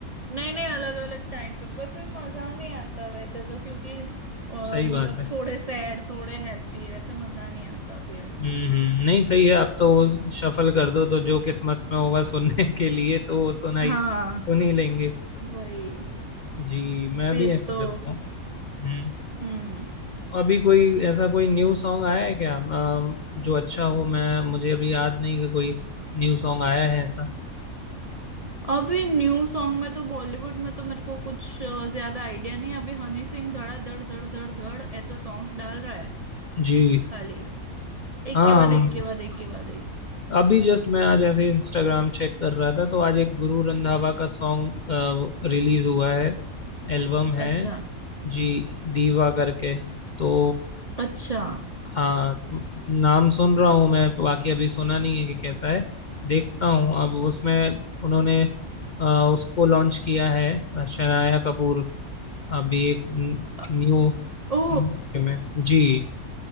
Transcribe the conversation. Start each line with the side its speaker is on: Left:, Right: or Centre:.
Right: नहीं नहीं अलग अलग टाइम पे पर फिर मजा नहीं आता वैसे तो क्योंकि अ, मतलब
Left: सही बात है
Right: थोड़े सैड थोड़े हैप्पी वैसे मजा नहीं आता फिर
Left: हम्म हम्म नहीं सही है आप तो वो शफल कर दो तो जो किस्मत में होगा सुनने के लिए तो वो सुनाई
Right: हाँ
Left: सुन ही लेंगे
Right: वही
Left: जी मैं
Right: फिर
Left: भी ऐसे
Right: तो
Left: करता हूँ हम्म
Right: हम्म
Left: अभी कोई ऐसा कोई न्यू सॉन्ग आया है क्या अम, जो अच्छा हो मैं मुझे अभी याद नहीं कि कोई न्यू सॉन्ग आया है ऐसा
Right: अभी न्यू सॉन्ग में तो बॉलीवुड में तो मेरे को कुछ अ, ज्यादा आइडिया नहीं है। अभी हनी सिंह धड़ा धड़ धड़ धड़ धड़ ऐसे सॉन्ग्स डाल रहा है
Left: जी
Right: खाली एक
Left: हाँ
Right: के बाद
Left: हम-
Right: एक के बाद एक के बाद एक
Left: अभी जस्ट मैं आज ऐसे इंस्टाग्राम चेक कर रहा था तो आज एक गुरु रंधावा का सॉन्ग रिलीज हुआ है एल्बम है
Right: अच्छा
Left: जी दीवा करके तो
Right: अच्छा
Left: हाँ नाम सुन रहा हूँ मैं बाकी अभी सुना नहीं है कि कैसा है देखता हूँ अब उसमें उन्होंने अ, उसको लॉन्च किया है शनाया कपूर अभी एक
Right: अ-
Left: न्यू
Right: ओ
Left: न्यू में जी